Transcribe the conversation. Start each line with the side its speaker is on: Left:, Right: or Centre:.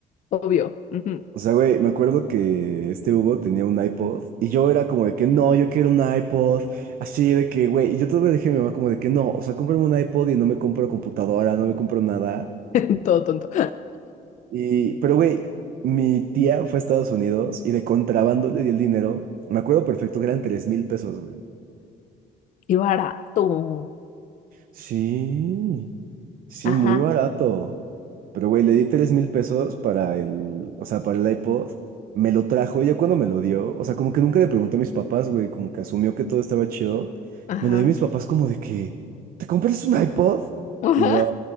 Left: <laughs> Obvio, ujú,
Right: O sea, güey, me acuerdo que este Hugo tenía un iPod y yo era como de que no, yo quiero un iPod. Así de que, güey, y yo todavía le dije a mi mamá como de que no, o sea, cómprame un iPod y no me compro computadora, no me compro nada.
Left: <laughs> Todo tonto.
Right: Y, pero güey, mi tía fue a Estados Unidos y de contrabando le di el dinero. Me acuerdo perfecto que eran tres mil pesos, güey.
Left: Y barato.
Right: Sí. Sí,
Left: Ajá.
Right: muy barato. Pero, güey, le di tres mil pesos para el, o sea, para el iPod. Me lo trajo ya cuando me lo dio. O sea, como que nunca le preguntó a mis papás, güey, como que asumió que todo estaba chido.
Left: Ajá,
Right: Me lo dio mis papás como de que, ¿te compras un iPod?
Left: <laughs> Ajá,
Right: Y yo,